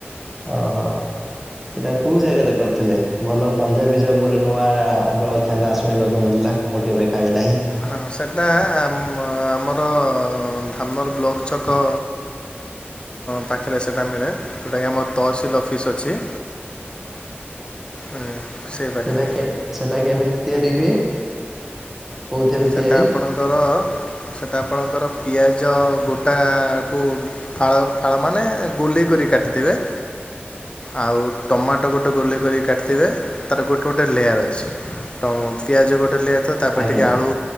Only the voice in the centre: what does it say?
ଓହୋ। ଏଇଟା କୋଉ ଜାଗାରେ କରିଥିଲେ? ଭଲ ପଞ୍ଜାବୀ ଚପ ଗୋଟେ ନୂଆ ଜଳଖିଆ ଶୁଣିବାକୁ ମିଳିଲା। ମୁଁ କେବେଖାଇ ନାହିଁ।
ସେଟା କେ ସେଟା କେମିତି ତିଆରି ହୁଏ? କୋଉଥିରେ
ତିଆରି
<unintelligible>
ଆଜ୍ଞା